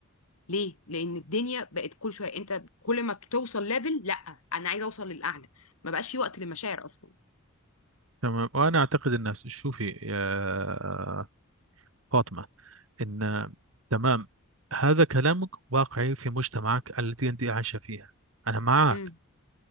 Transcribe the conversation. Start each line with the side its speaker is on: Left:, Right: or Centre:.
Left: ليه؟ لأن الدنيا بقت كل شوية انت كل ما توصل ليفل لا انا عايزة اوصل للأعلى ما بقاش في وقت للمشاعر أصلا
Right: تمام وأنا أعتقد أن شوفي يا فاطمة إن تمام هذا كلامك واقعي في مجتمعك التي أنت عايشة فيها أنا معك
Left: امم